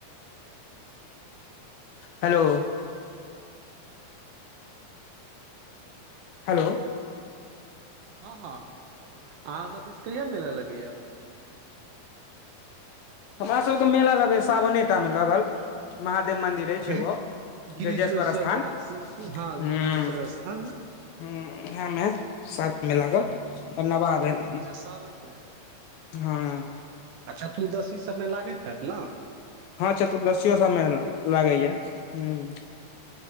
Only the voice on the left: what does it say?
हेलो हेलो
हमरा सब के मेला लगया सावने टा में लगल महा मन्दिरे छै
एगो
ब्रजेश्वर स्थान
हूं
हूं
ओहिमें साथ में लागल आ नबाह भेल
हँ
हँ चतुर्दशीयो सब में लागैया हूं